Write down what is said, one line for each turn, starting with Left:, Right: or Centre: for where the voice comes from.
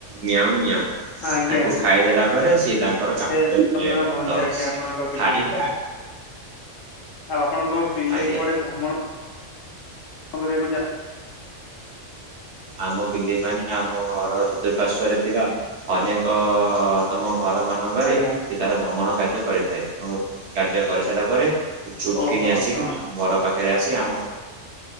Right: ମିଆଁଉ ମିଆଁଉ
Left: ଆଜ୍ଞା
Right: ତାକୁ ଖାଇଦେଲା ପରେ ସିଏ ତାଙ୍କର କାମରେ
Left: ସେ ତମେ ହୁଅନ୍ତି
Right: ତ
Left: ଆଜ୍ଞା ଆପଣଙ୍କ
Right: ଖାଇବେ
Left: ବିଲେଇ
Right: ଆ
Left: ଆଉ ଆପଣଙ୍କ ବିଲେଇ
Right: ଆଜ୍ଞା।
Left: ପଡ଼େ ଭ୍ରମଣ କରିବାକୁ ଜାନ୍ତି।
Right: ଆମ ବିଲେଇ ମାନେ ଆମ ଘରର ଚତୁଃପାର୍ଶ୍ଵରେ ଥିବା ଅନେକ ଆମ ଘର ମାନଙ୍କରେ
Left: ଆଜ୍ଞା
Right: ସେ ତାର ଭ୍ରମଣ କାର୍ଯ୍ୟ କରିଥାଏ ଏବଂ କାର୍ଯ୍ୟ କରିସାରିଲା ପରେ ଚୁପ୍
Left: ଓହୋ
Right: କିିନି
Left: ଆପଣ
Right: ଆସିକି ଘର ପାଖରେ ଆସି ଆମ